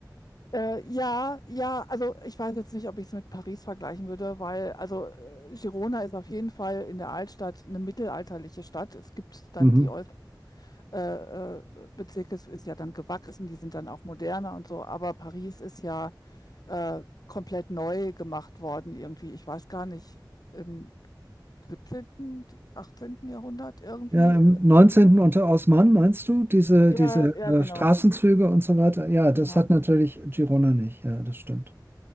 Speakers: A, on the left; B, on the right.
A: Äh, ja, ja, also ich weiß jetzt nicht, ob ich es mit Paris vergleichen würde, weil also äh, Girona ist auf jeden Fall in der Altstadt eine mittelalterliche Stadt. Es gibt dann
B: Mhm.
A: die Ost äh, äh, Bezirke, es ist ja dann gewachsen, die sind dann auch moderner und so, aber Paris ist ja äh, komplett neu gemacht worden irgendwie. Ich weiß gar nicht, im 17., 18. Jahrhundert irgendwie.
B: Ja, im
A: äh,
B: neunzehnten unter Osman, meinst du, diese,
A: Ja,
B: diese
A: ja,
B: äh,
A: genau,
B: Straßenzüge und so weiter? Ja,
A: genau.
B: das hat natürlich Girona nicht. Ja, das stimmt.